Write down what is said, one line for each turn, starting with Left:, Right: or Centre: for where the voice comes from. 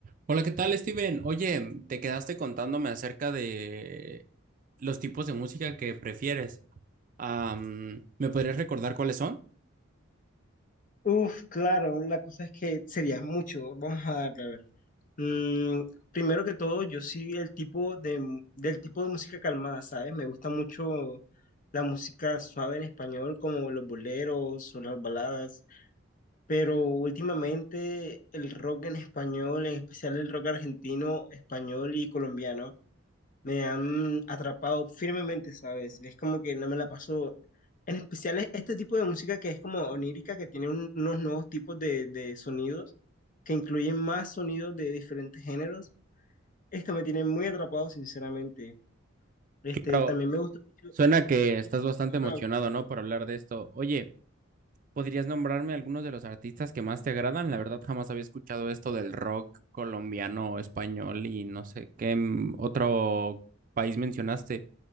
Right: Hola, ¿qué tal, Steven? Oye, te quedaste contándome acerca de los tipos de música que prefieres. Am, ¿me podrías recordar cuáles son?
Left: Uf, claro, la cosa es que sería mucho. Vamos a darle, a ver. Mm, primero que todo, yo sí el tipo de, del tipo de música calmada, ¿sabes? Me gusta mucho la música suave en español, como los boleros o las baladas, pero últimamente el rock en español, en especial el rock argentino, español y colombiano me han atrapado firmemente, ¿sabes? Es como que no me la paso. En especial es este tipo de música que es como onírica, que tiene un- unos nuevos tipos de, de sonidos, que incluyen más sonidos de diferentes géneros. Esto me tiene muy atrapado, sinceramente. Este,
Right: Claro,
Left: también me gusta mucho
Right: suena que estás
Left: el
Right: bastante emocionado,
Left: rock
Right: ¿no? Por hablar de esto. Oye, ¿podrías nombrarme algunos de los artistas que más te agradan? La verdad, jamás había escuchado esto del rock colombiano, español y no sé qué mm, otro país mencionaste.